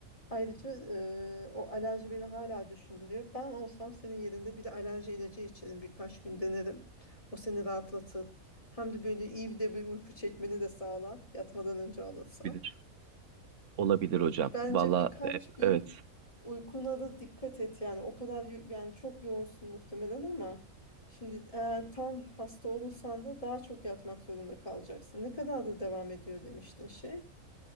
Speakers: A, on the left; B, on the right.
A: Ayrıca eee, o alerji beni hala düşündürüyor. Ben olsam senin yerinde bir de alerji ilacı içerim birkaç gün denerim. O seni rahatlatır. Hem de böyle iyi bir de bir uyku çekmeni de sağlar yatmadan önce alırsan.
B: Bilir. Olabilir hocam.
A: Bence
B: Valla
A: birkaç
B: e,
A: gün
B: evet.
A: Uykuna da dikkat et yani o kadar yo- yani çok yoğunsun muhtemelen ama şimdi eğer tam hasta olursan da daha çok yatmak zorunda kalacaksın. Ne kadar da devam ediyor demiştin şey